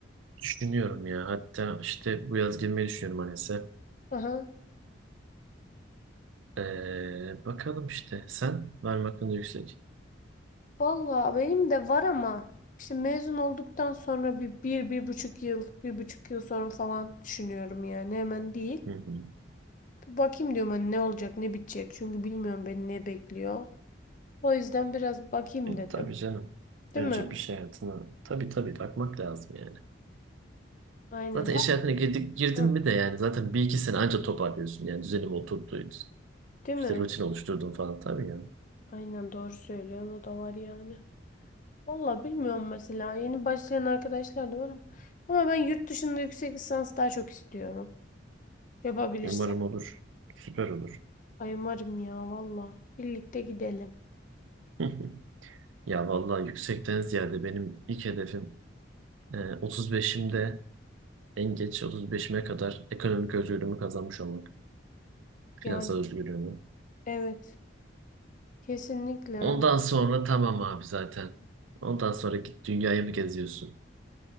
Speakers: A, on the right; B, on the left.
A: Düşünüyorum ya. Hatta işte bu yaz girmeyi düşünüyorum Anes'e.
B: Aha.
A: Ee, bakalım işte. Sen var mı hakkında yüksek?
B: Valla benim de var ama işte mezun olduktan sonra bir, bir, bir buçuk yıl, bir buçuk yıl sonra falan düşünüyorum yani hemen değil.
A: Hı hı.
B: Bir bakayım diyorum hani ne olacak, ne bitecek çünkü bilmiyorum beni ne bekliyor. O yüzden biraz bakayım
A: E,
B: dedim.
A: tabii canım.
B: Değil
A: Önce
B: mi?
A: bir şey hayatına tabii tabii bakmak lazım yani.
B: Aynen.
A: Zaten
B: tak-
A: iş hayatına girdik, girdin
B: hı,
A: mi de yani zaten bir iki sene anca toparlıyorsun. Yani düzenim oturdu.
B: Değil
A: işte
B: mi?
A: rutin oluşturdum falan tabii yani.
B: Aynen doğru söylüyorsun o da var yani. Valla bilmiyorum mesela yeni başlayan arkadaşlar da var ama ama ben yurt dışında yüksek lisans daha çok istiyorum. Yapabilirsem.
A: Umarım olur. Süper olur.
B: Ay umarım ya valla. Birlikte gidelim.
A: <laughs> Ya vallahi yüksekten ziyade benim ilk hedefim e, 35'imde en geç 35'ime kadar ekonomik özgürlüğümü kazanmış olmak.
B: Yani
A: Finansal özgürlüğümü.
B: Evet. Kesinlikle.
A: Ondan
B: Yani
A: sonra tamam abi zaten. Ondan sonra git dünyayı mı geziyorsun?